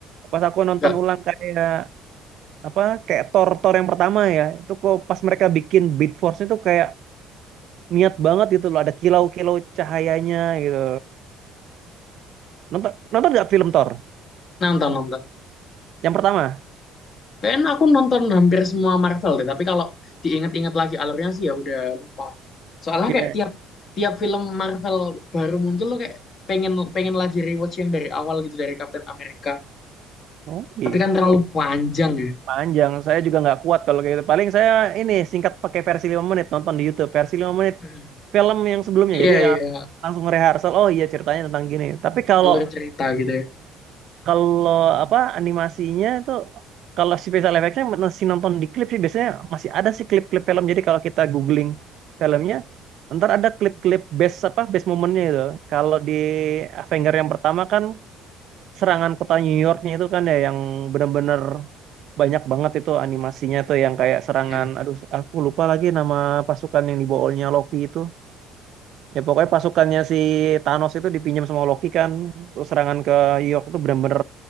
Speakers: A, on the right (about 65°); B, on the left (about 50°).
A: Pas aku nonton
B: nggak
A: ulang kayak apa kayak Thor Thor yang pertama ya, itu kok pas mereka bikin Beat Force itu kayak niat banget gitu loh, ada kilau-kilau cahayanya gitu. Nonton nonton nggak film Thor
B: nonton nonton
A: yang pertama?
B: kayaknya aku nonton hampir semua Marvel deh tapi kalau diinget-inget lagi alurnya sih ya udah lupa soalnya
A: Iya.
B: kayak tiap tiap film Marvel baru muncul tuh kayak pengen pengen lagi rewatch yang dari awal gitu dari Captain America
A: Oh, gitu.
B: tapi kan terlalu panjang ya
A: Panjang, saya juga nggak kuat kalau kayak gitu. Paling saya ini singkat pakai versi 5 menit, nonton di YouTube. Versi 5 menit
B: Mhm.
A: film yang sebelumnya.
B: iya
A: Jadi ya,
B: iya
A: langsung rehearsal, oh iya ceritanya tentang gini. Tapi kalau
B: alur cerita gitu ya
A: kalau apa animasinya itu kalau si special effectnya masih nonton di klip sih biasanya masih ada sih klip-klip film. Jadi kalau kita googling filmnya, ntar ada klip-klip best apa best momennya itu. Kalau di Avenger yang pertama kan serangan kota New Yorknya itu kan ya yang benar-benar banyak banget itu animasinya tuh yang kayak serangan
B: iya
A: aduh aku lupa lagi nama pasukan yang dibawaannya Loki itu ya pokoknya pasukannya si Thanos itu dipinjam sama Loki kan Terus serangan ke New York itu benar-benar